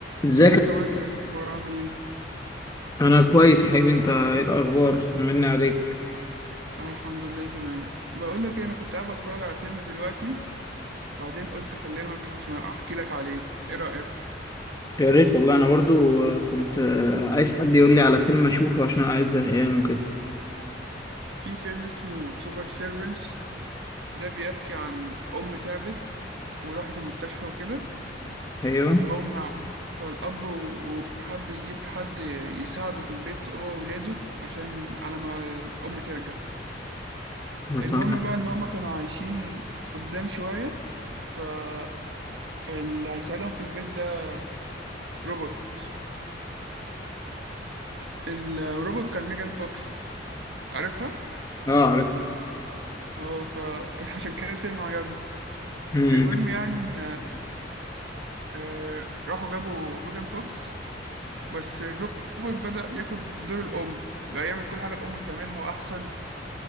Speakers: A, on the left; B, on the right.
A: ازيك
B: ازيك يا مايكل إيه الاخبار عامل ايه
A: انا كويس يا حبيبي انت ايه الاخبار طمني عليك
B: انا الحمد لله تمام بقول لك ايه انا كنت قاعد بتفرج على فيلم دلوقتي بعدين قلت اكلمك عشان احكي لك عليه ايه رايك
A: يا ريت والله انا برضو آه، كنت آه، عايز حد يقول لي على فيلم اشوفه عشان قاعد زهقان وكده
B: في فيلم اسمه سوبر سيرفنس ده بيحكي عن ام تعبت وراحت المستشفى وكده
A: ايوه
B: فهم فالاب و- وحب يجيب حد يساعده في البيت هو وولاده عشان على ما الام ترجع
A: أنا تمام
B: المهم بقى ان هم كانوا عايشين قدام شويه فاللي هيساعدهم في البيت ده روبوت فالروبوت كان ميجان فوكس عارفها؟
A: اه عارف
B: اه فعشان <laughs> كده الفيلم عجبني
A: امم
B: المهم يعني إن آه، راحوا جابوا ميجان فوكس بس الروبوت بدأ ياخد دور الأم بقى يعمل كل حاجة الأم بتعملها وأحسن